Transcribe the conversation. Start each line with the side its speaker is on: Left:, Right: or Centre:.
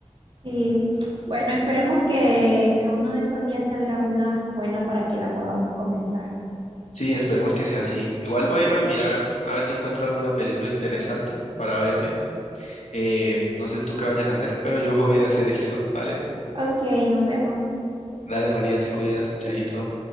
Right: Sí, bueno, esperemos que, que uno de estos días salga una buena para que la podamos comentar.
Left: Sí, esperemos que sea así. Igual voy a ir a mirar a ver si encuentro alguna película interesante para verme. Eh, no sé tú qué vayas a hacer, pero yo voy a ir a hacer eso, ¿vale?
Right: Ok, nos vemos.
Left: Dale, María, te cuidas, chaito.